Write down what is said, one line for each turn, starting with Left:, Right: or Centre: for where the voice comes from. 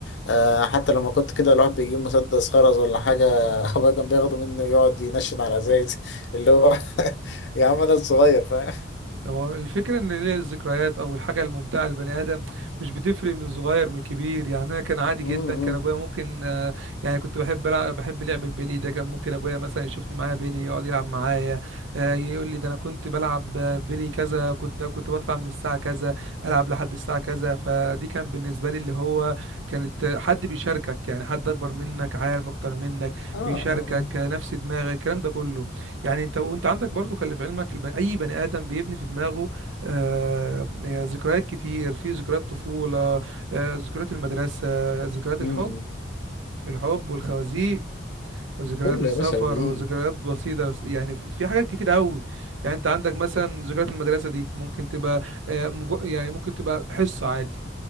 Left: آه حتى لما كنت كده الواحد بيجيب مسدس خرز ولا حاجة <laughs> أبويا كان بياخده منه يقعد ينشن على الأزايز اللي هو <laughs> يا عم أنا الصغير فاهم
Right: هو الفكرة إن ليه الذكريات أو الحاجة الممتعة للبني آدم مش بتفرق من صغير من كبير يعني أنا كان عادي
Left: مم،
Right: جدا كان أبويا ممكن آه، يعني كنت بحب ألعب بحب لعب البيلي ده كان ممكن أبويا مثلا يشوفني معايا بيلي يقعد يلعب معايا آه، يقول لي ده أنا كنت بلعب آه، بيلي كذا كنت كنت بطلع من الساعة كذا ألعب لحد الساعة كذا فدي كان بالنسبة لي اللي هو كانت آه، حد بيشاركك يعني حد أكبر منك عارف أكتر منك
Left: اه
Right: بيشاركك
Left: اه
Right: آه، نفس دماغك الكلام ده كله يعني انت وانت عندك برضو خلي في علمك الب... اي بني ادم بيبني في دماغه آه... ذكريات كتير في ذكريات طفولة آه... ذكريات المدرسة ذكريات الحب
Left: مم.
Right: الحب والخوازيق وذكريات
Left: كله
Right: السفر
Left: يا باشا بيجي
Right: وذكريات بسيطة بس يعني في في حاجات كتير قوي يعني انت عندك مثلا ذكريات المدرسة دي ممكن تبقى آه... مجو... يعني ممكن تبقى حصة عادي